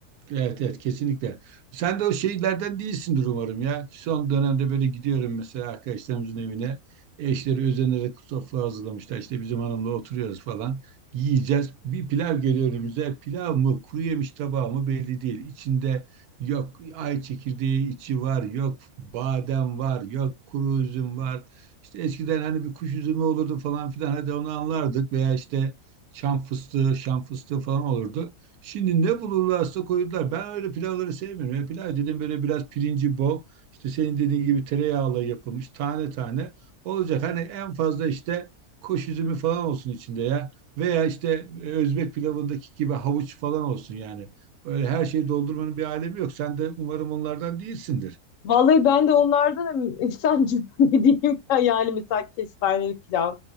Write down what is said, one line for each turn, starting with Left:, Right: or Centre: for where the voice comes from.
Right: Evet evet kesinlikle. Sen de o şeylerden değilsindir umarım ya. Son dönemde böyle gidiyorum mesela arkadaşlarımızın evine. Eşleri özenerek sofra hazırlamışlar. İşte bizim hanımla oturuyoruz falan. Yiyeceğiz. Bir pilav geliyor önümüze. Pilav mı kuru yemiş tabağı mı belli değil. İçinde yok ay çekirdeği içi var. Yok badem var. Yok kuru üzüm var. İşte eskiden hani bir kuş üzümü olurdu falan filan. Hadi onu anlardık. Veya işte çam fıstığı, şam fıstığı falan olurdu. Şimdi ne bulurlarsa koydular. Ben öyle pilavları sevmiyorum. Ya pilav dedim böyle biraz pirinci bol. İşte senin dediğin gibi tereyağıyla yapılmış tane tane olacak. Hani en fazla işte kuş üzümü falan olsun içinde ya. Veya işte e, Özbek pilavındaki gibi havuç falan olsun yani. Öyle her şeyi doldurmanın bir alemi yok. Sen de umarım onlardan değilsindir.
Left: Vallahi ben de onlardan insancım <laughs> ne diyeyim ya? yani mesela kestaneli pilav